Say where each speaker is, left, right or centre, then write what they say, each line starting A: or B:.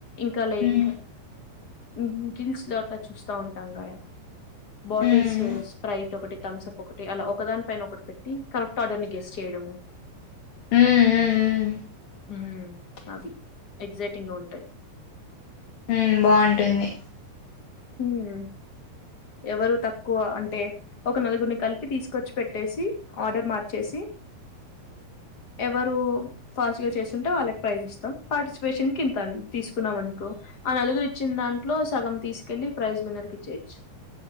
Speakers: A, on the left; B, on the left.
A: ఇంకా లైక్
B: హ్మ్
A: ఉహ్మ్ డిల్స్ లో అట్లా చూస్తా ఉంటాం గద. బాటిల్స్,
B: హ్మ్
A: స్ప్రైట్ ఒకటి థమ్స్ప్ ఒకటి అలా. ఒక దాని పైన ఒకటి పెట్టి. కరెక్ట్ ఆర్డర్ని గెస్ చేయడము.
B: హ్మ్ హ్మ్
A: హ్మ్ అవి ఎగ్జైటింగ్ గా ఉంటాయి.
B: ఉమ్ బావుంటుంది.
A: హ్మ్ ఎవరు తక్కువ అంటే. ఒక నలుగుర్ని కలిపి తీసుకొచ్చి పెట్టేసి. ఆర్డర్ మార్చేసి ఎవరు ఫాస్ట్ గా చేస్తుంటే. వాళ్ళకి ప్రైజ్ ఇస్తాం. పార్టిసిపేషన్ కింతా తీసుకున్నాం అనుకో. ఆ నలుగురు ఇచ్చిన దాంట్లో సగం తీస్ కెల్లీ ప్రైజ్ విన్నర్కి చేయ్చ్